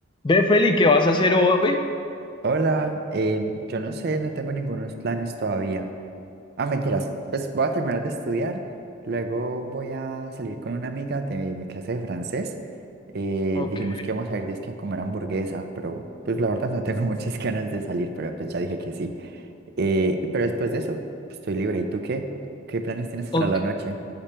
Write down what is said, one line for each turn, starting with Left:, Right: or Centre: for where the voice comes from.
Left: Ve, Feli, ¿qué vas a hacer hoy?
Right: Hola, eh, yo no sé, no tengo ningunos planes todavía. Ah, mentiras, pues voy a terminar de estudiar, luego voy a salir con una amiga de mi clase de francés. Eh,
Left: Ok,
Right: dijimos que íbamos a ir disque a comer hamburguesa, pero pues la verdad no tengo muchas <laughs> ganas de salir, pero pues ya dije que sí. Eh, pero después de eso, pues, estoy libre. ¿Y tú qué? ¿Qué planes tienes
Left: ok.
Right: para la noche?